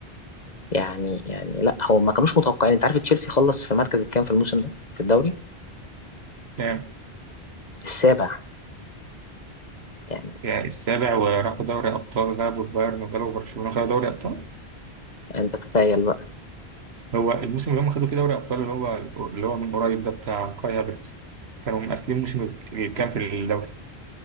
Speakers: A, on the left; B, on the right.
A: يعني يعني لا هو ما كانوش متوقعين انت عارف تشيلسي خلص في المركز الكام في الموسم ده في الدوري
B: كام؟
A: السابع يعني
B: يعني السابع وراحوا دوري أبطال غلبوا البايرن وغلبوا برشلونة خدوا دوري أبطال
A: انت تخيل بقى
B: هو الموسم اللي هم خدوا فيه دوري ابطال اللي هو اللي هو من قريب ده بتاع كاي هافرتز كانوا مقفلين الموسم اللي كان في الدوري